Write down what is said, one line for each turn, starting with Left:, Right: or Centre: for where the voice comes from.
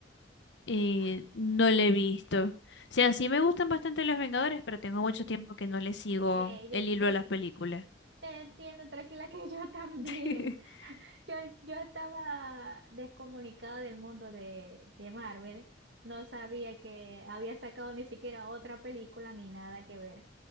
Left: Eh,
Right: Ay,
Left: no
Right: sí.
Left: le he visto. O sea, sí me gustan bastante los Vengadores, pero tengo mucho tiempo que no le sigo
Right: Eh,
Left: el hilo
Right: yo,
Left: a
Right: yo
Left: las películas.
Right: Te entiendo, tranquila, que yo también.
Left: <laughs>
Right: <laughs> Yo, yo estaba descomunicada del mundo de, de Marvel. No sabía que había sacado ni siquiera otra película ni nada que ver.